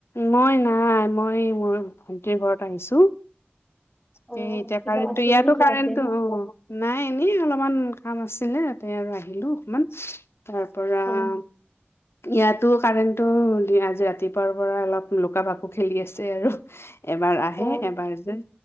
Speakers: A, on the left (about 80°); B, on the left (about 20°).
A: মই নাই মই মোৰ ভন্টিৰ ঘৰত আহিছোঁ।
B: অ
A: সেই এতিয়া
B: কিবা
A: কাৰেণ্টটো
B: আছিল
A: ইয়াতো
B: নেকি
A: কাৰেণ্ট
B: তাতে?
A: অ' অ। নাই এনেই অলমান কাম আছিলে তাতে আৰু আহিলোঁ অকনমান। তাৰ পৰা
B: অ
A: - ইয়াতো কাৰেণ্টটো আজি ৰাতিপুৱাৰ পৰা অলপ লুকা ভাকু খেলি আছে আৰু। এবাৰ আহে
B: অ
A: এবাৰ যায়।